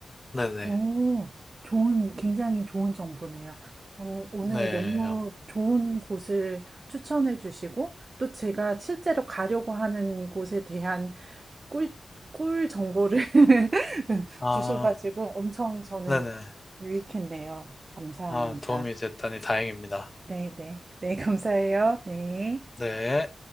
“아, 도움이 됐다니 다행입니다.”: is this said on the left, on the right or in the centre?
Left